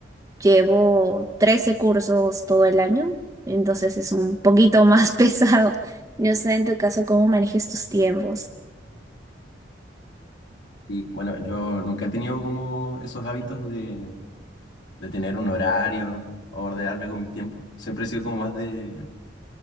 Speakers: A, on the right; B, on the left.
A: llevo 13 cursos todo el año, entonces es un poquito más <laughs> pesado. No sé en tu caso cómo manejes tus tiempos.
B: Y bueno, yo nunca he tenido como esos hábitos de, de tener un horario o ordenarme con mis tiempos. Siempre he sido como más de,